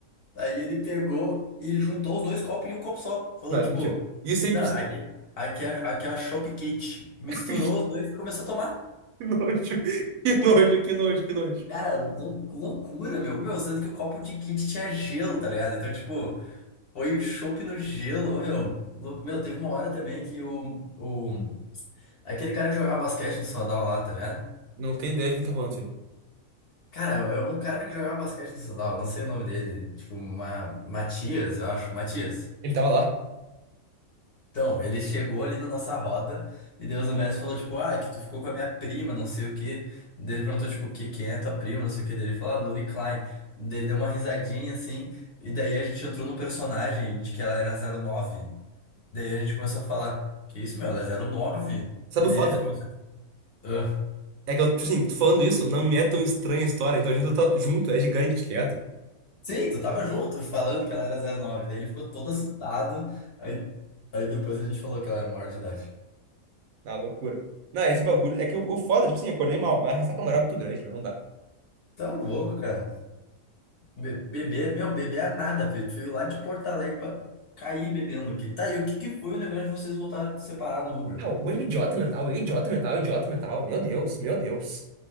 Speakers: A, on the left; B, on the right.
A: aí ele pegou e juntou os dois copos em um copo só. Falou,
B: Não, isso
A: tipo,
B: é mentira. Isso é
A: não,
B: impossível.
A: aqui, aqui, é, aqui é a chopp kit. Misturou
B: <laughs>
A: os dois e começou a tomar.
B: Que nojo, que nojo, que nojo, que nojo.
A: Cara, lou- loucura, meu. Meu, sendo que o copo de kit tinha gelo, tá ligado? Então, tipo, foi chopp no gelo. Ô, meu, louco. Meu, teve uma hora também que o, o... Aquele cara que jogava basquete no Sadal lá, tá ligado?
B: Não tem ideia de quem tá falando isso aí.
A: Cara, é um cara que jogava basquete no Sadal, não sei o nome dele. Tipo, Ma... Matias, eu acho. Matias.
B: Ele tava lá.
A: Então, ele chegou ali na nossa roda e Deus o mestre falou, tipo, ah, que tu ficou com a minha prima, não sei o quê. Daí ele perguntou, tipo, o quê? Quem é tua prima, não sei o quê. Daí ele falou, ah, Lully Klein. Daí ele deu uma risadinha, assim, e daí a gente entrou no personagem de que ela era zero nove Daí a gente começou a falar, que isso, meu, ela é zero nove
B: Sabe
A: E daí
B: o foda?
A: ele ficou, ah,
B: É que eu, tipo assim, tô falando isso, não me é tão estranha a história, então a gente tá junto, é gigante, tá ligado?
A: sim, tu tava junto falando que ela era zero nove Daí ele ficou todo assustado, aí, aí depois a gente falou que ela era maior de idade.
B: Na loucura. Não, esse bagulho. É que o, o foda, tipo assim, eu acordei mal, mas a ressaca moral é muito grande, meu, não dá.
A: Tá louco, cara. Be- Beber, meu, beber é nada, filho. Tu veio lá de Porto Alegre pra cair bebendo aqui. Tá, e o que que foi o negócio de vocês voltarem separados no Uber?
B: Ah, o ele é idiota mental, ele é idiota mental, idiota mental. Meu Deus, meu Deus.